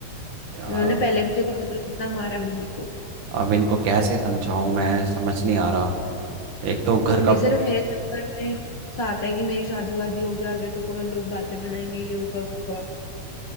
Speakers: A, on the right; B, on the left.
A: यार
B: उन्होंने
A: अब
B: पहले भी देखो पता है कितना मारा है मम्मी को
A: अब इनको कैसे समझाऊं मैं समझ नहीं आ रहा एक तो घर
B: मम्मी
A: का
B: सिर्फ मेरे चक्कर में साथ है कि मेरी शादी वादी होगी आगे तो कोई लोग बातें बनाएंगे ये होगा वो होगा